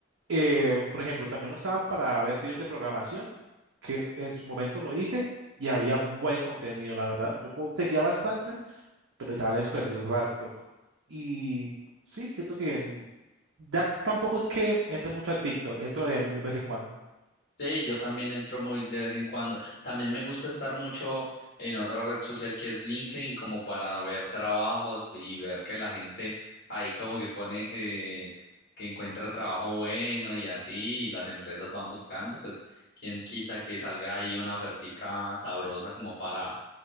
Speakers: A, on the right; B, on the left.
A: Eh, por ejemplo, también lo usaba para ver videos de programación, que en, en su momento lo hice y había buen contenido, la verdad. Yo como seguía bastantes pero ya les perdí el rastro. Y sí, siento que en- ya tampoco es que entre mucho a TikTok, entro de muy vez en cuando.
B: Sí, yo también entro muy de vez en cuando. También me gusta estar mucho en otra red social que es LinkedIn, como para ver trabajos y ver que la gente ahí como que pone que, que encuentra trabajo bueno y así, y las empresas van buscando, pues quién quita que salga ahí una ofertica sabrosa como para